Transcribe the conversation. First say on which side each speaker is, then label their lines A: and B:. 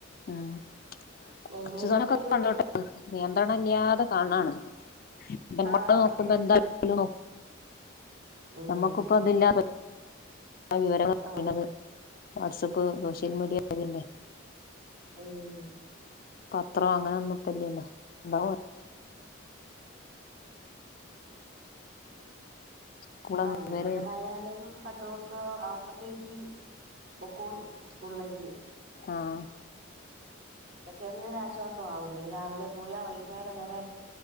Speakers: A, on the left; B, on the right.
A: ഉം കൊറച്ചു
B: എങ്ങനെലുമൊക്കെ
A: തവണക്കെ
B: ഈ ഒരു
A: കണ്ടോട്ട
B: വെക്ക്
A: നിയന്ത്രണം ഇല്ലാതെ തണാണ് നമ്മള്
B: ആഹ്
A: നോക്കുമ്പ എന്ത നോ
B: ഉം
A: നമ്മക്കിപ്പ ഇതില്ലാ വിവരങ്ങൾ
B: ആഹ്
A: പറയത് വാട്സആപ്പ് സോഷ്യൽ മീഡിയല്ലേ
B: ഓഹ്
A: പത്രം അങ്ങനെ ഒന്നും ഇപ്പല്ലല്ലോ ഉണ്ടാവ
B: ആഹ്
A: സ്കൂള്
B: ആ
A: വിവരേം
B: ഇനിയിപ്പോ ഏതായാലും പത്ത്ു ദിവസം ആവുമ്പോത്തേക്ക് പോക്കോളും സ്കൂളിലേക്ക്
A: ആഹ്
B: ഇപ്പൊ ചെറിയൊരാശ്വാസംമാവും ഇനി രാവിലെ പോയാ വൈകുന്നേരം വരെ